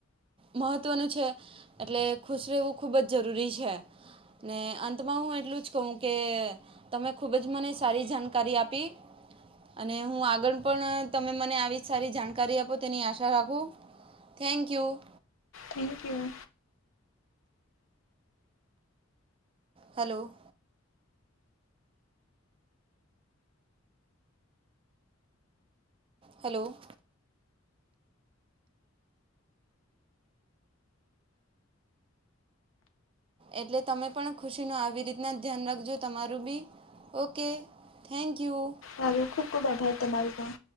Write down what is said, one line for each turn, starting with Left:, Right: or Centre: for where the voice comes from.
Right: મહત્ત્વનું છે, એટલે ખુશ રહેવું ખૂબ જ જરૂરી છે. ને અંતમાં હું એટલું જ કહું કે તમે ખૂબ મને સારી જાણકારી આપી અને હું આગળ પણ તમે મને આવી સારી જાણકારી આપો તેની આશા રાખું thank you.
Left: Thank you
Right: hello. Hello. એટલે તમે પણ ખુશીનો આવી રીતના ધ્યાન રાખજો તમારું બી ઓકે થેન્કયુ.
Left: આવું ખુબ ખુબ આભાર તમારો પણ